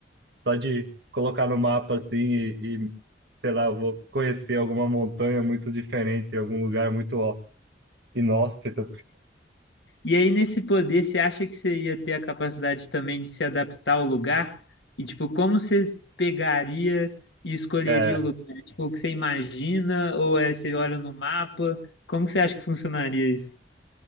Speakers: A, on the right; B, on the left.
A: Só de colocar no mapa assim e, e, sei lá, eu vou conhecer alguma montanha muito diferente, algum lugar muito ó, inóspito.
B: E aí, nesse poder, você acha que você ia ter a capacidade também de se adaptar ao lugar? E, tipo, como você pegaria e escolheria
A: É,
B: o lugar? É, Tipo, o que você imagina? Ou é você olha no mapa? Como que você acha que funcionaria isso?